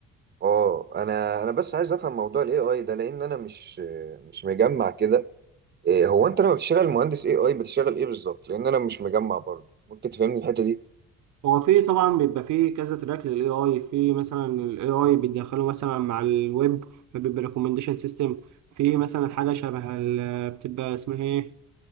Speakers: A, on the right; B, on the right.
A: اه انا انا بس عايز افهم موضوع الاي اي ده لان انا مش مش مجمع كده إيه هو انت لما بتشتغل مهندس اي اي بتشتغل ايه بالظبط لان انا مش مجمع برضه ممكن تفهمني الحته دي
B: هو في طبعا بيبقى في كذا تراك للاي اي في مثلا الاي اي بيدخله مثلا مع الويب فبيبقى ريكومنديشن سيستم في مثلا حاجه شبه ال- بتبقى اسمها ايه